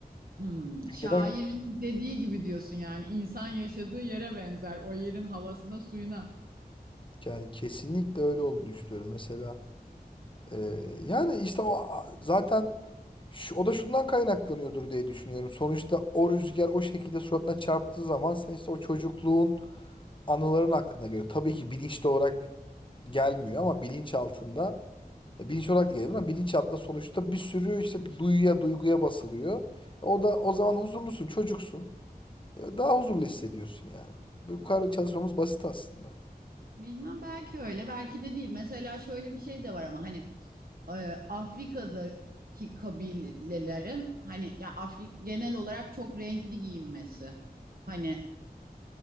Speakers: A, on the right; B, on the left.
A: Hmm,
B: Çünkü
A: şairin
B: Neden?
A: dediği gibi diyorsun yani insan yaşadığı yere benzer o yerin havasına suyuna.
B: Yani kesinlikle öyle olduğunu düşünüyorum. Mesela e, yani işte o a- zaten Şu, o da şundan kaynaklanıyordur diye düşünüyorum. Sonuçta o rüzgar o şekilde suratına çarptığı zaman sen işte o çocukluğun anıların hakkında geliyor. Tabii ki bilinçli olarak gelmiyor ama bilinç altında e, bilinç olarak da geliyor ama bilinç altında sonuçta bir sürü işte duyuya duyguya basılıyor. E, O da o zaman huzurlusun, çocuksun. E, Daha huzurlu hissediyorsun yani. Bu, bu kadar çalışmamız basit aslında.
A: Bilmem belki öyle belki de değil. Mesela şöyle bir şey de var ama hani e, Afrika'daki kabilelerin hani ya Afrik genel olarak çok renkli giyinmesi. Hani